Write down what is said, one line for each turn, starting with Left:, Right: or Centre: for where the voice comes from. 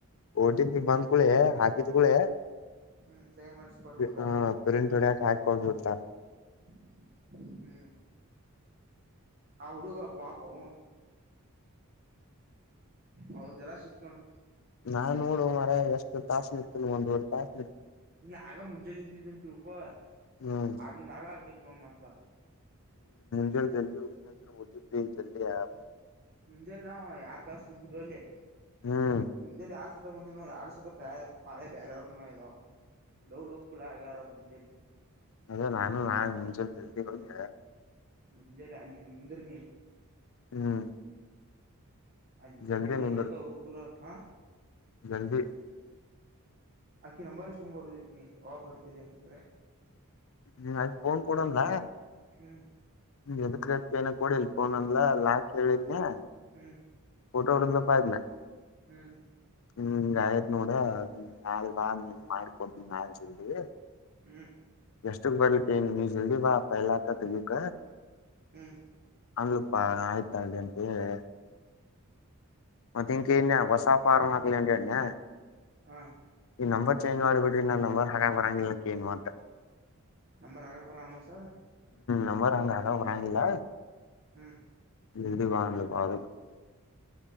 Left: ಓ ಟಿ ಪಿ ಬಂದ್ಕೂಡ್ಳೆ ಹಾಕಿದ ಕೂಡ್ಳೆ.
Right: ಹ್ಮ್ ಸೈನ್ ಮಾಡಿಸಿ ಕೊಟ್ಟ ಬಿಡ್ತಾರ
Left: ಹ ಫ್ರಿಂಟ್ ಹೊಡೆಯೊಕ ಹಾಕ್ ಹೊಗಿರ್ತಳ.
Right: ಹ್ಮ್ ಹ ಹಡುಗ ಪಾಪ <unintelligible> ಅವ್ರದೆಲ್ಲ ಸಿಕ್ ನೋಡ.
Left: ನಾನ್ ನೋಡುುವ ಮರ ಎಷ್ಟು ತಾಸ ನಿತ ಮುಂದ್ಡ್ತ <unintelligible>
Right: ನೀ ಆಗ ಮುಂಜಾಲೆ ನಿಂತಿದ್ದಂತ ತಿಳ್ಕೋ.
Left: ಹ್ಮ್
Right: ಆಗಿಂದ ಆಗ ಕೇತ ನ ಮತ್ತ.
Left: ದು ನರಂದ ಮೋದಿ ಪೇಲ್ ಜಲ್ ಆ
Right: ಮುಂಜೆಲ್ಲ ಯಾರ್ ತಾಸ ಸಿಗ್ರಲ್ಲ
Left: ಹ್ಮ್
Right: ಮುಂಜೆಲ್ಲ ಆರ್ ಸುತ ಬಂದ <unintelligible> ಎರಡು ಸತ ಪಾಳೆ ಪಾಳೆ ಬೇರವ್ರರು ಇದಾವ ಲೋಗೋಗ ಕೂಡ ಆಗ್ಯಾರ ಅವರು ಮುಂಜೆಲಿ.
Left: ಅದೆ ನಾನು ನಾ ಮುಂಚೆ ಜಲ್ದಿ ಹೊಗಿ.
Right: ಮುಂಜಾಲ ಅಲ್ಲಿ ನಿಂದ್ರ ನೀ.
Left: ಹ್ಮ್
Right: ಅಲ್ಲಿ ಪೂತ್ರಿ
Left: ಜಲ್ದಿ ನಿಂದರ್
Right: ಹೊತ್ತು <unintelligible> ಹಾ
Left: <unintelligible>
Right: ಅಕಿ ನಂಬಾರಸ್ಕುಂಬ್ ಬರುದತ್ನ ಯಾವಾಗ್ ಬರ್ತೀರಿ ಅಂತೇಳಿ.
Left: ಹ್ಮ ಅದ್ ಫೋನ್ ಕೊಡು ಅಂದ್ಲ
Right: ಹ್ಮ್
Left: ಎದುಕ್ <unintelligible> ಏನ ಕೊಡಿಲ್ ಫೋನ್ ಅಂದ್ಲ ಲಾಕ್ ಹೇಳಿದ್ಕೇ
Right: ಹ್ಮ್
Left: ಫೋಟೋ ಹೊಡುದ್ಲಪ್ಪ ಇದನ.
Right: ಹ್ಮ್
Left: ಹ್ಮ ಆಯ್ತ್ ನೋಡ ನಾಲೆ ಬಾ ನಿನ್ ಮಾಡಿಕಡ್ತೀನ್ ನಾ ಜಿಂಗಿ
Right: ಹ್ಮ್
Left: ಎಷ್ಟಕ್ ಬರ್ಲಿಕ್ಕೇ ಎನ್ ನೀ ಜಲ್ದಿ ಬಾ ಪೈಲಾಕ ತೆಗೀಕ.
Right: ಹ್ಮ್
Left: ಅಂಗಪ್ಪಾ ಆಯ್ತ ತಗಲ್ರಿ ಅಂತ ಹೇಳಿ. ಮತ್ತ
Right: ಹ್ಮ್
Left: ಇಂಕ ನ್ಯ ಹೊಸ ಫಾರ್ಮ್ ಹಾಕ್ಲಿ ಅಂಗಿ ಅಣನ್ಯ
Right: ಹಾ
Left: ಈ ನಂಬತ್ತ <unintelligible> ಚೇಂಜ್ ಮಾಡಿ ಬಿಡ್ರಿ ನಾನ್ನ ನಂಬರ್ ಬರಂಗಿಲ್ಲ ಆಕಿ ಏನ್ ಮಾತ.
Right: ನಂಬರ್ ಆಗ ಬರಲ್ಲ ಸೊರ್ದ.
Left: ನಂಬರ್ ಹಂಗ್ಗ ಅಕಕಬರಾಂಗಿಲ್ಲ.
Right: ಹ್ಮ್
Left: ಇದು ಬಾಣಲ್ಲ ಬದು <unintelligible>